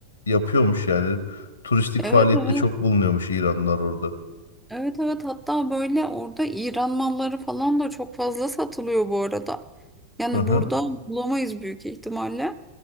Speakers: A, on the left; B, in the centre.
A: yapıyormuş yani. Turistik
B: Evet
A: faaliyette
B: evet.
A: çok bulunuyormuş İranlılar orada.
B: Evet evet hatta böyle orada İran malları falan da çok fazla satılıyor bu arada. Yani
A: Hı hı,
B: burada bulamayız büyük ihtimalle.